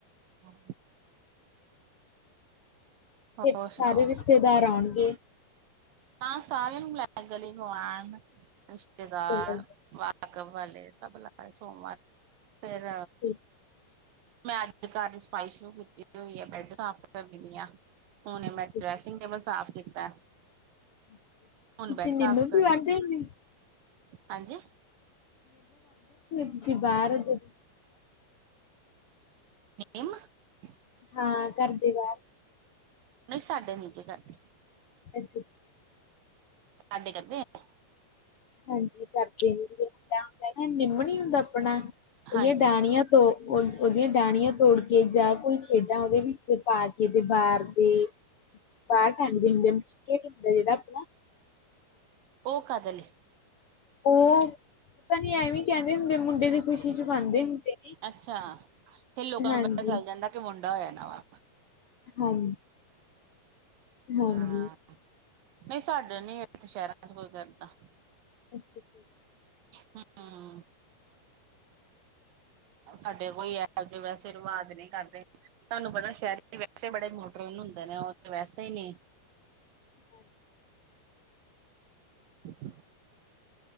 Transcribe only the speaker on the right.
ਹਾਂ
ਹੋਰ
ਸੁਣਾਓ।
ਹਾਂ ਸਾਰਿਆਂ ਨੂੰ ਬੁਲਾਇਆ ਗਲੀ ਗੁਆਂਢ ਰਿਸ਼ਤੇਦਾਰ
ਵਾਕ ਵਾਲੇ ਸਭ ਲਾਏ ਸੋਮਵਾਰ ਫੇਰ
ਮੈਂ ਅੱਜ ਘਰ ਦੀ ਸਫ਼ਾਈ ਸ਼ੁਰੂ ਕੀਤੀ ਹੋਈ ਹੈ ਬੈੱਡ ਸਾਫ਼ ਕਰਦੀ ਪਈ ਆਂ। ਉਹਨੇ ਮੈਂ
ਡਰੈਸਿੰਗ ਟੇਬਲ ਸਾਫ਼ ਕੀਤਾ।
ਹੁਣ ਬੈਡ
ਸਾਫ਼ ਕਰਨ
ਹਾਂਜੀ
ਇਹਮ <unintelligible>
ਨਹੀਂ ਸਾਡੇ ਨੀ ਜੇ ਕਰਦੇ।
ਸਾਡੇ ਕਰਦੇੇ ਆ।
ਹਾਂਜੀ
ਓ ਕਾਦੇ ਲਈ
ਅੱਛਾ ਫੇਰ ਲੋਕਾਂ
ਨੂੰ ਪਤਾ ਚੱਲ ਜਾਂਦਾ ਕਿ ਮੁੰਡਾ ਹੋਇਆ ਨਾ ਵਾ
ਹਾਂ ਨਹੀਂ ਸਾਡੇ ਨੀ ਇਥੇ ਸ਼ਹਿਰਾਂ 'ਚ ਕੋਈ ਕਰਦਾ।
ਹਾਂ। ਸਾਡੇ ਕੋਈ ਐਗੇ ਵੈਸੇ ਰਿਵਾਜ਼ ਨਹੀਂ ਕਰਦੇ। ਤੁਹਾਨੂੰ ਪਤਾ ਸ਼ਹਿਰ ਦੇ ਬੱਚੇ ਬੜੇ ਮੋਡਰਨ ਹੁੰਦੇ ਨੇ ਉਹ ਤੇ ਵੈਸੇ ਹੀ ਨਹੀਂ
<inaudible>